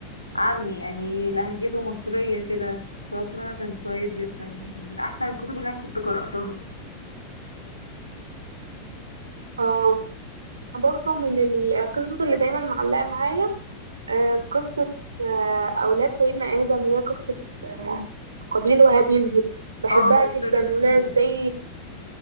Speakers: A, on the left; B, on the right.
A: عامي يعني لهجته مصرية كده فهو بصراحة كان كويس جدا يعني من أحسن الكتب اللي أنا كنت قرأتها
B: اه برضه من القصص اللي دايما معلقة معايا آه قصة آه أولاد سيدنا آدم اللي هي قصة آه قابيل وهابيل دي بحبها
A: اه جميلة
B: جدا
A: جدا
B: وليها
A: بجد
B: ازاي